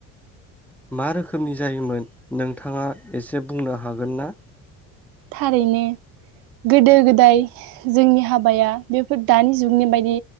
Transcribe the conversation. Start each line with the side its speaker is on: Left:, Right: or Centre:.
Centre: मा रोखोमनि जायोमोन नोंथाङा एसे बुंनो हागोन ना?
Right: थारैनो गोदो गोदाय जोंनि हाबाया बेफोर दानि जुगनि बायदि